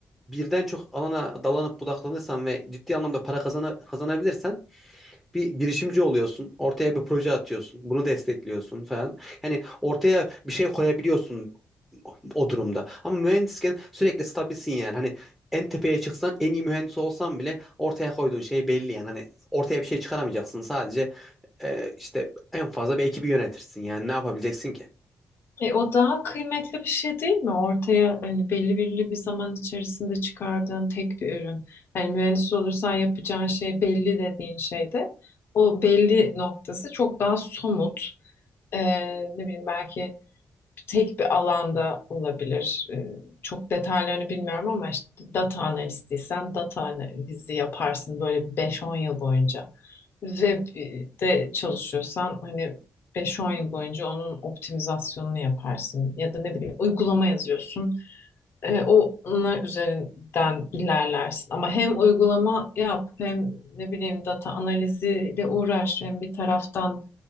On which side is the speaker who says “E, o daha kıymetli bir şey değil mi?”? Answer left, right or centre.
Left